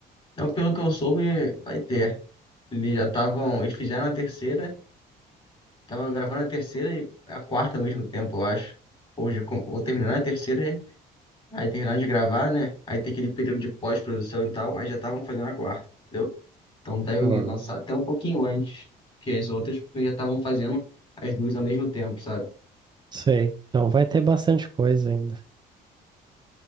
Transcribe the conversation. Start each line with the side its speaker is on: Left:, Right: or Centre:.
Left: Então, pelo que eu soube, vai ter. Eles já estavam. Eles fizeram a terceira, estavam gravando a terceira e a quarta ao mesmo tempo, eu acho. Hoje, ou de- ou terminando a terceira. Aí terminaram de gravar, né? Aí tem aquele período de pós-produção e tal, aí já estavam fazendo a quarta, entendeu? Então devem
Right: Ah,
Left: lançar até um pouquinho antes que as outras, porque já estavam fazendo as duas ao mesmo tempo, sabe?
Right: sei. Então vai ter bastante coisa ainda.